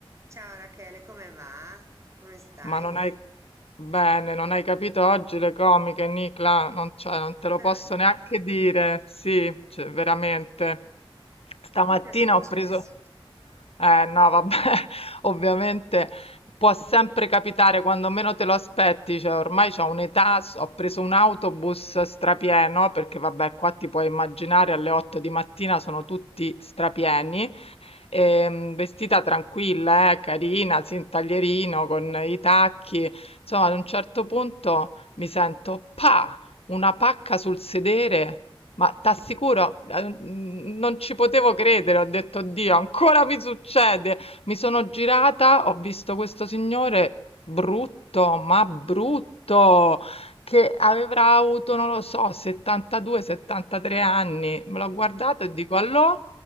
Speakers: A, on the right (about 30°); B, on the left (about 85°).
A: Ciao Rachele, come va? Come stai?
B: Ma non hai... Bene, non hai capito oggi le comiche, Nicla, non, cioè, non te lo
A: Dai,
B: posso neanche dire, sì, cioè, veramente. Stamattina
A: che ti è successo?
B: ho preso... Eh no, vabbè, <laughs> ovviamente può sempre capitare quando meno te lo aspetti, cioè ormai c'ho un'età, s- ho preso un autobus strapieno, perché vabbè, qua ti puoi immaginare alle 8 di mattina sono tutti strapieni ehm,
A: Eh.
B: vestita tranquilla, eh, carina, sì, un taglierino con i tacchi. Insomma, ad un certo punto mi sento pa, una pacca sul sedere. Ma t'assicuro, eh, n- non ci potevo credere, ho detto, Dio, ancora mi succede. Mi sono girata, ho visto questo signore brutto, ma brutto, che avrà avuto, non lo so, 72-73 anni. Me
A: Oh.
B: l'ho guardato e dico, allò?